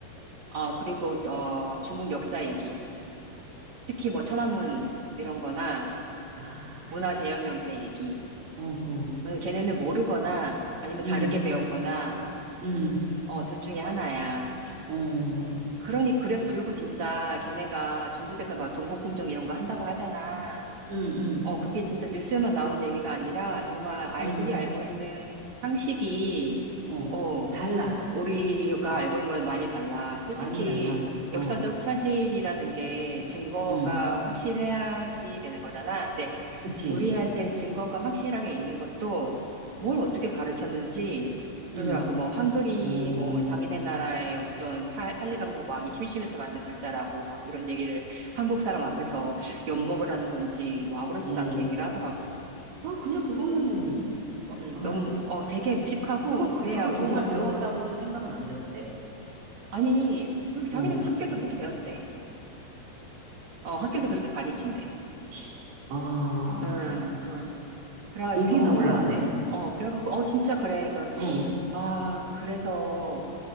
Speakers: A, on the right; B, on the right.
A: 어, 그리고, 어, 중국 역사 얘기. 특히 뭐 천안문 이런 거나
B: 아, 그치.
A: 문화 대혁명 때 얘기.
B: 어, 어.
A: 어, 걔네는 모르거나 아니면
B: 음,
A: 다르게 배웠거나,
B: 음,
A: 어, 둘 중에 하나야.
B: 어.
A: 그러니, 그래, 그리고 진짜 걔네가 중국에서 막 동북공정 이런 거 한다고 하잖아.
B: 음, 음,
A: 어, 그게 진짜 뉴스에만 나오는 얘기가 아니라 정말 아이들이
B: 음.
A: 알고 있는 상식이
B: 어.
A: 어,
B: 달라.
A: 우리가
B: 우리랑.
A: 알고 있는 건 많이 달라. 솔직히
B: 많이 달라. 어,
A: 역사적 사실이라는 게 증거가
B: 음.
A: 확실해야지 되는 거잖아. 근데
B: 그치.
A: 우리한테 증거가 확실하게 있는 것도 뭘 어떻게 가르쳤는지
B: 음,
A: 그러더라고. 뭐 한글이
B: 어,
A: 뭐 자기네 나라의 어떤 할 일 없는 왕이 심심해서 만든 글자라고 막 이런 얘기를 한국 사람 앞에서 엿먹으라는 건지 뭐 아무렇지도
B: 어.
A: 않게 얘기를 하더라고.
B: 아, 그냥 그거는, 어,
A: 음,
B: 아.
A: 너무 어 되게 무식하고
B: 그거,
A: 무례하고
B: 그, 그걸 정말 배웠다고는 생각은 안 되는데.
A: 아니, 그, 자기는
B: 어.
A: 그 학교에서 그렇게 배웠대. 어, 학교에서 그렇게 가르친대.
B: 시- 아,
A: 응, 응. 그래가지고,
B: 여기나
A: 어,
B: 올라가네.
A: 뭔, 소- 어, 그래가지고, 어, 진짜 그래. 그,
B: 어,
A: 아, 그래서